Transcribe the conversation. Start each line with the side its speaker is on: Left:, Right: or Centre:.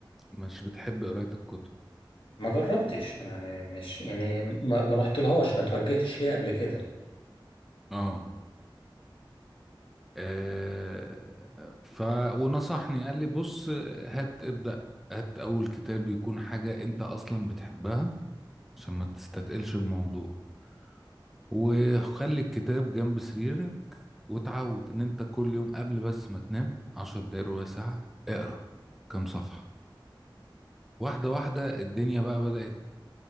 Centre: مش بتحب قرايه الكتب
Left: ما جربتش يعني مش يعني ما, ما رحتلهاش ما توجهتش ليها قبل كده
Centre: اه آه، ف ونصحني قال لي بص هات ابدأ هات أول كتاب يكون حاجة أنت أصلا بتحبها عشان ما تستتقلش الموضوع وخلي الكتاب جنب سريرك وتعود إن أنت كل يوم قبل بس ما تنام عشر دقايق ربع ساعة اقرأ كام صفحة واحدة واحدة الدنيا بقى بدأت